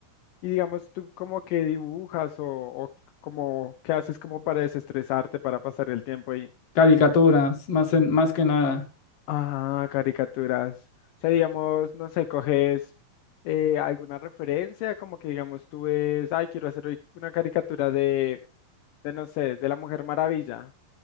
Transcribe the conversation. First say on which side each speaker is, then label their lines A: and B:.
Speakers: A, on the left; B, on the left.
A: Y digamos, tú como que dibujas o, o como qué haces como para desestresarte, para pasar el tiempo ahí.
B: Caricaturas, más, en, más que nada.
A: Ah, caricaturas. O sea, digamos, no sé, coges eh, alguna referencia, como que digamos tú ves, ay, quiero hacer hoy una caricatura de, de no sé, de la Mujer Maravilla.